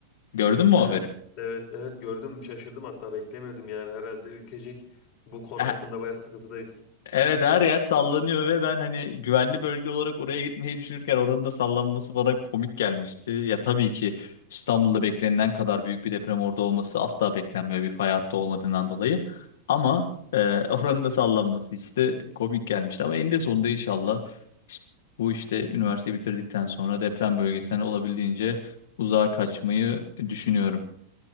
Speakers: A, on the left (about 70°); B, on the left (about 30°).
A: Gördün mü o
B: Evet,
A: haberi?
B: evet, evet gördüm şaşırdım hatta beklemiyordum yani herhalde ülkecek bu konu
A: E,
B: hakkında bayağı sıkıntıdayız.
A: Evet her yer sallanıyor ve ben hani güvenli bölge olarak oraya gitmeyi düşünürken oranın da sallanması bana komik gelmişti. Ya tabii ki İstanbul'da beklenilen kadar büyük bir deprem orada olması asla beklenmiyor bir fay hattı olmadığından dolayı. Ama e, <laughs> oranın da sallanması işte komik gelmişti. Ama eninde sonunda inşallah işte bu işte üniversiteyi bitirdikten sonra deprem bölgesinden olabildiğince uzağa kaçmayı düşünüyorum.